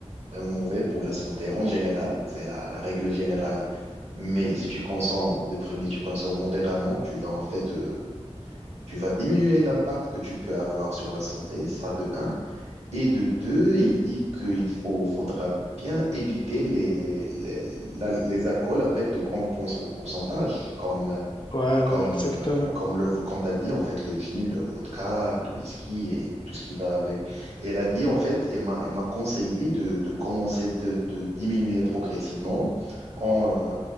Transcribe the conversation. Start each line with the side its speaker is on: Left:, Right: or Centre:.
Right: vraiment mauvais pour la santé en général. C'est la, la règle générale. Mais si tu consommes, de premier, tu consommes modérément, tu vas en fait, euh, tu vas diminuer l'impact que tu peux avoir sur la santé, ça de un. Et de deux, il dit qu'il faut, faudra bien éviter les, les, les, la- les alcools avec de grands pour- pourcentages, comme
Left: Ouais, ouais,
Right: comme,
Left: exactement.
Right: euh, comme le, comme t'as dit, en fait, le gin, le vodka, le whisky et tout ce qui va avec. Et elle a dit, en fait, elle m'a, elle m'a conseillé de, de commencer de, de diminuer progressivement en, euh,